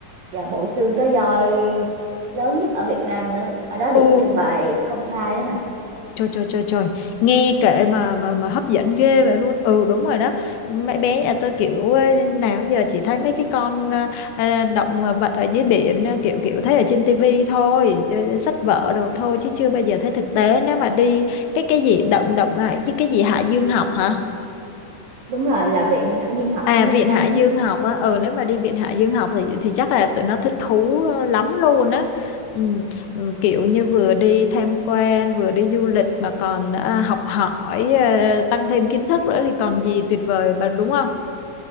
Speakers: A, on the right (about 75°); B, on the left (about 90°).
A: và bộ xương cá voi lớn nhất ở Việt Nam nữa. Ở đó
B: ồ
A: được trưng bày công khai đó mà.
B: Trời trời trời trời nghe kệ mà mà mà hấp dẫn ghê vậy luôn ừ đúng rồi đó mấy bé nhà tôi kiểu ê, nào giờ chỉ thấy mấy cái con à, à, động vật ở dưới biển à, kiểu kiểu thấy ở trên tivi thôi à, à, sách vở rồi thôi chứ chưa bao giờ thấy thực tế nếu mà đi cái cái gì động động lại chứ cái gì Hải Dương học hả
A: Đúng rồi, là Viện Hải Dương học
B: À
A: của Nha
B: Viện
A: Trang
B: Hải Dương
A: ấy.
B: học á, ừ nếu mà đi Viện Hải Dương học thì thì chắc là tụi nó thích thú lắm luôn á. Ừ, ừ, kiểu như vừa đi tham quan, vừa đi du lịch mà còn à, học hỏi à, tăng thêm kiến thức nữa thì còn gì tuyệt vời mà đúng không?